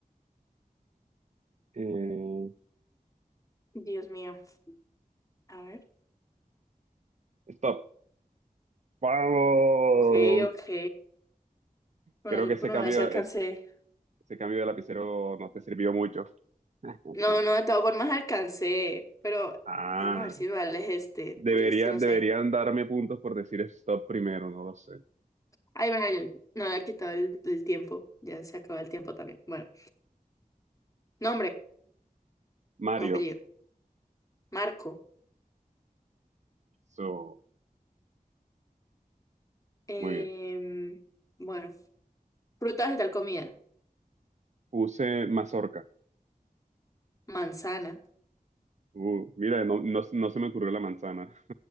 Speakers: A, on the right; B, on the left.
A: Eh,
B: Dios mío. A ver.
A: stop. ¡Vamos!
B: Ok, ok. Bueno,
A: Creo
B: yo
A: que ese
B: por lo
A: cambio,
B: menos sí alcancé.
A: es- ese cambio de lapicero no te sirvió mucho. <laughs>
B: No, no, de todas formas alcancé, pero
A: Ah,
B: vamos a ver si vale es este,
A: debería,
B: porque es que no
A: deberían
B: sé.
A: darme puntos por decir stop primero, no lo sé.
B: Ay, bueno, yo no había quitado el, el tiempo, ya se acabó el tiempo también. Bueno, nombre
A: Mario,
B: o apellido, Marco.
A: so,
B: Em,
A: muy bien.
B: bueno, fruta, vegetal, comida,
A: Puse mazorca.
B: manzana.
A: Uh, mira, no, no, no se me ocurrió la manzana.